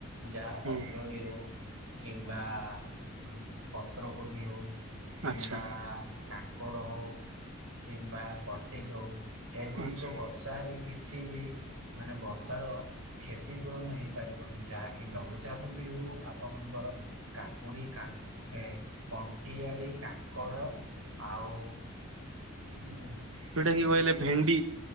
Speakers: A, on the right; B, on the right.
A: ଯାହା
B: ହୁଁ
A: ଅଲଡି ହଉ, କିମ୍ବା ଆ ପତ୍ରକୋବି ହଉ କିମ୍ବା
B: ଆଚ୍ଛା
A: ଆ କାଙ୍କଡ ହଉ କିମ୍ବା କଟିଙ୍ଗ ହଉ ଏଗୁଡିକ
B: ଆଚ୍ଛା
A: ବର୍ଷା ହେଲେ କିଛି ଯିବି ମାନେ ବର୍ଷାର କ୍ଷତି ପୂରଣ ହେଇପାରିବନି। ଯାହାକି ଲଘୁଚାପ ବି ହଉ ଆପଣଙ୍କର କାକୁଡି, କା, ଏ, କଣ୍ଟିଆଳି, କାଙ୍କଡ, ଆଉ ହୁଁ। <unintelligible>
B: ଯେଉଁଟାକି କହିଲେ ଭେଣ୍ଡି।